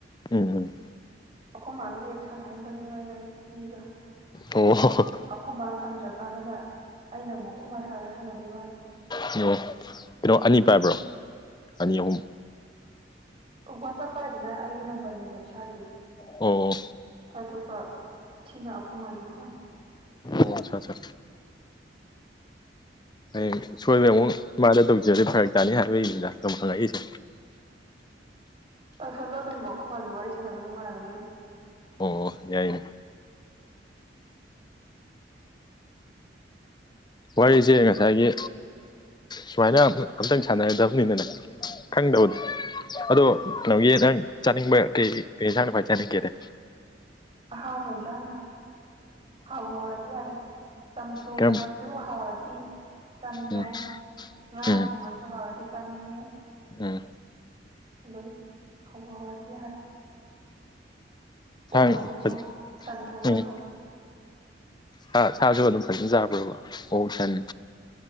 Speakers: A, on the left; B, on the right.
A: ꯎꯝ ꯍꯝ
B: ꯑꯩꯈꯣꯏ ꯃꯥꯒ ꯍꯦꯛ ꯁꯥꯟꯅꯍꯕꯅꯦꯕ ꯑꯩꯅ ꯃꯤꯒ
A: ꯑꯣ ꯑꯣ
B: ꯑꯗꯣ ꯈꯨꯃꯥ ꯁꯪꯗ꯭ꯔꯀꯥꯟꯗꯅ ꯑꯩꯅ ꯑꯃꯨꯛ ꯈꯨꯃꯥ ꯁꯥꯔꯒ ꯁꯥꯟꯅꯕꯒꯤ ꯋꯥꯅꯤ
A: ꯀꯣ ꯀꯩꯅꯣ ꯑꯅꯤ ꯄꯥꯏꯕ꯭ꯔꯣ ꯑꯅꯤ ꯑꯍꯨꯝ
B: ꯋꯥꯆꯞ ꯄꯥꯏꯗꯨꯅ ꯑꯩꯒꯤ ꯅꯝꯕꯔꯅꯦꯕ ꯏꯁꯥꯒꯤ
A: ꯑꯣ
B: ꯑꯗꯨꯒ ꯁꯤꯅ ꯑꯩꯈꯣꯏ ꯃꯥꯒꯤ ꯐꯣꯟ
A: ꯑꯣ ꯑꯆꯥ ꯑꯆꯥ ꯍꯌꯦꯡ ꯁꯣꯏꯕ ꯑꯃꯨꯛ ꯃꯥꯗ ꯇꯧꯖꯔꯁꯦ ꯐꯔꯛ ꯇꯥꯅꯤ ꯍꯥꯏꯕꯒꯤ ꯃꯤꯗ ꯑꯗꯨꯝ ꯍꯪꯉꯛꯏꯁꯦ
B: ꯇꯧꯁꯠꯂꯣ ꯑꯗꯨꯝ ꯃꯈꯨꯝ ꯃꯥꯁꯨ ꯋꯥꯔꯤ ꯁꯥꯟꯅꯕ ꯅꯨꯡꯉꯥꯏꯕꯅꯦ ꯑꯗꯨꯝ
A: ꯑꯣ ꯌꯥꯏꯅꯦ ꯋꯥꯔꯤꯁꯦ ꯉꯁꯥꯏꯒꯤ ꯁꯨꯃꯥꯏꯅ ꯑꯝꯇꯪ ꯁꯥꯟꯅꯒꯗꯕꯅꯤꯅꯅꯦ ꯈꯪꯗꯕꯗꯣ ꯑꯗꯣ ꯀꯩꯅꯣꯒꯤ ꯅꯪ ꯆꯥꯅꯤꯡꯕ ꯀꯩ ꯀ ꯌꯦꯟꯁꯥꯡꯅ ꯐꯏ ꯆꯥꯅꯤꯡꯒꯦꯗ
B: ꯑꯍꯥꯎꯕ ꯏꯟꯁꯥꯡꯅ ꯑꯍꯥꯎꯕ ꯍꯥꯎꯔꯗꯤ ꯌꯥꯔꯦ ꯆꯝꯊꯣꯡꯉꯔꯁꯨ
A: ꯀꯔꯝ
B: ꯁꯨ ꯍꯥꯎꯔꯗꯤ ꯆꯥꯅꯤꯡꯉꯦ
A: ꯎꯝ
B: ꯉꯥ
A: ꯎꯝ
B: ꯊꯣꯡꯉꯁꯨ ꯍꯥꯎꯔꯗꯤ ꯆꯥꯅꯤꯡꯉꯦ
A: ꯎꯝ
B: ꯑꯇꯩ ꯍꯥꯑꯣꯕꯤ ꯍꯥꯑꯣꯔꯗꯤ ꯌꯥꯔꯦ
A: ꯁꯥ
B: ꯑꯣꯛ ꯊꯣꯡꯉꯁꯨ
A: ꯐꯖ
B: ꯁꯟ ꯊꯣꯡꯉꯁꯨ
A: ꯎꯝ ꯁꯥ ꯁꯥꯁꯨ ꯑꯗꯨꯝ ꯐꯖꯅ ꯆꯥꯕ꯭ꯔꯣꯕ ꯑꯣꯛ ꯁꯟ